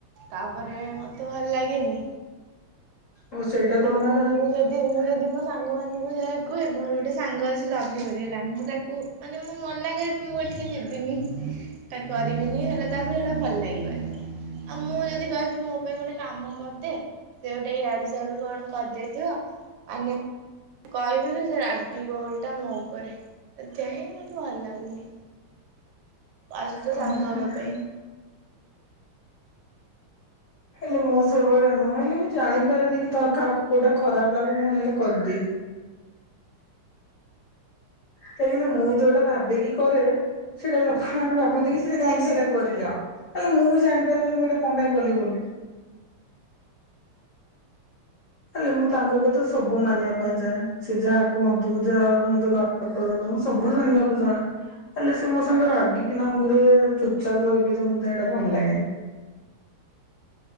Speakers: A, on the right (about 80°); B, on the left (about 80°).
A: ତାପରେ ମତେ ଭଲ ଲାଗେନି।
B: ଆଉ ସେଇଟା
A: ତାପରେ
B: ତମେ
A: ମୁଁ ଯଦି ମୁଁ ଯଦି ମୋ ସାଙ୍ଗ ମାନ ମୁଁ ଯାହା କୁହେ ମୋର ଗୋଟେ ସାଙ୍ଗ ଅଛି ଲଭଲି ହରି ହେଲା ମୁଁ ତାକୁ ମାନେ ମୁଁ ମନା କରିବି ମୁଁ ଏଠି ଯିବିନି ତା କରିବିନି ହେଲେ ତାକୁ ସେଇଟା ଭଲ ଲାଗିବନି ଆଉ ମୁଁ ଯଦି କହିବି ମୋ ପାଇଁ ଗୋଟେ କାମ କରିଦେ ସେ ଗ ଗୋଟ ଏଇ ଆଡୁ ସ ଆଡୁ କଣ କରିଦେଇଥିବ ମାନେ କହିବୁ କି ସେ ରାଗି ବୋଲଟା ମୋ ଉପରେ ସେଥି ହାଇଁ ମତେ ଭଲ ଲାଗୁନି। ଆସୁ ତ
B: ଓହୋ।
A: ସାଙ୍ଗ ହବା ପାଇଁ
B: ହେଲେ ମୁଁ ସେଭଳିଆ ନୁହଁ ହେଲେ ମୁଁ ଜାଣିପାରେିନି କି ତୋର କାହାକୁ କୋଉଟା ଖରାପ ଲାଗେ ମୁଁ ହେଲେ ଏଟା କରିଦିଏ। କାହିଁକିନା ମୁଁ ଯୋଉଟା ଭାାବିକି କରେ ସେଇଟା ଲୋକମାନୋନ ଭାବନ୍ତି କି ସେ କାହିଁକି ସେଇଟା କରିଲେ ଆଉ ହେଲେ ମୁଁ ବି ଜାଣିପାରିନି ମୁଁ ଏଇଟା କଣ ପାଇଁ କଲି ବୋଲି ହେଲେ ମୁଁ ତାଙ୍କୁ କଥାେ ସବୁ ମାନିବା ପାଇଁ ଚାହେଁ ସେ ଯାହା କୁହନ୍ତୁ ଯାହା ମତେ ଗ କରନ୍ତୁ ମୁଁ ସବୁ ଜାଣିବାକୁ ଚାହେଁ ହେଲେ ସେ ମୋ ସାଙ୍ଗରେ ରାଗିକିନା ମୁମ ଘୋରେ ଚୁପଚାପ ରହିବେ ଯେ ମତେ ଏଇଟା ଭଲ ଲାଗେନି।